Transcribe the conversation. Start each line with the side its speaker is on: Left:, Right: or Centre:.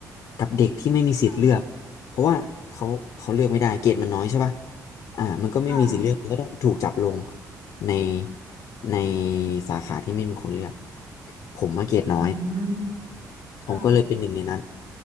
Left: กับเด็กที่ไม่มีสิทธิ์เลือกเพราะว่าเขาเขาเลือกไม่ได้เกรดมันน้อยใช่ป่ะ
Right: ค่ะ
Left: อ่ามันก็ไม่มีสิทธิ์เลือกมันก็ต้องถูกจับลง
Right: ค่ะ
Left: ในในสาขาที่ไม่มีคนเลือกผมมาเกรดน้อย
Right: อืมค่ะ
Left: ผมก็เลยเป็นหนึ่งในนั้น